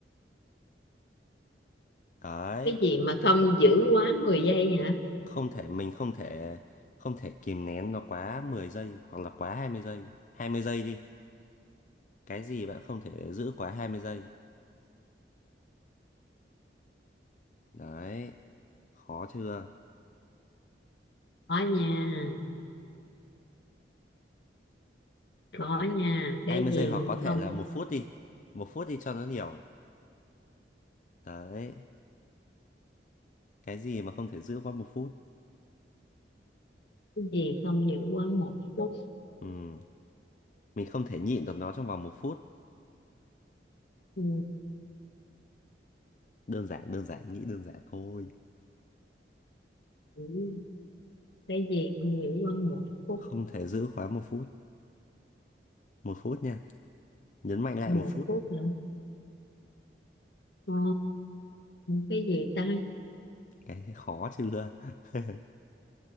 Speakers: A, on the left; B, on the left.
A: đấy
B: cái gì mà không giữ quá mười giây hả
A: không thể mình không thể không thể kìm nén nó quá 10 giây hoặc là quá hai mươi giây 20 giây đi cái gì bạn không thể giữ quá hai mươi giây đấy khó chưa
B: có nha có nha cái
A: hai mươi
B: gì
A: giây hoặc
B: mà
A: có thể
B: không
A: là một phút đi một phút đi cho nó nhiều đấy cái gì mà không thể giữ quá một phút
B: cái gì không giữ quá một phút
A: ừ. mình không thể nhịn được nó trong vòng một phút
B: ừ.
A: đơn giản đơn giản nghĩ đơn giản thôi
B: ừ. cái gì không giữ quá một phút
A: không thể giữ quá một phút một phút nha nhấn mạnh lại
B: một
A: một phút
B: phút hả Ờ, cái gì ta
A: cái thấy khó chưa <laughs>